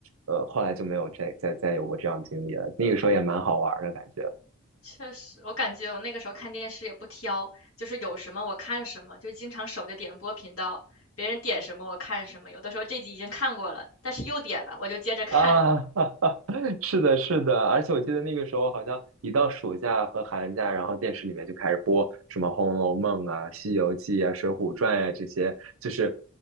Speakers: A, on the right; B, on the left.
A: 呃，后来就没有再再再有过这样的经历了。那个时候也蛮好玩儿的感觉。
B: 确实，我感觉我那个时候看电视也不挑，就是有什么我看什么，就经常守着点播频道，别人点什么我看什么。有的时候这集已经看过了，但是又点了，我就接着看。
A: 啊，<laughs> 哈哈，<laughs> 是的，是的，而且我记得那个时候好像一到暑假和寒假，然后电视里面就开始播什么《红楼梦》啊、《西游记》啊、《水浒传》呀这些，就是